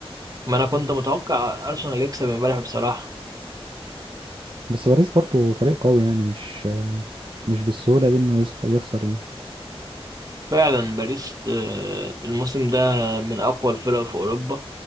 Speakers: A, on the right (about 35°); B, on the right (about 55°).
A: ما انا كنت متوقع ارسنال يكسب امبارح بصراحه
B: بس باريس برضو فريق قوي يعني مش مش بالسهولة دي انه يسخ- يخسر يعني
A: فعلا باريس آه، الموسم ده من أقوى الفرق في أوروبا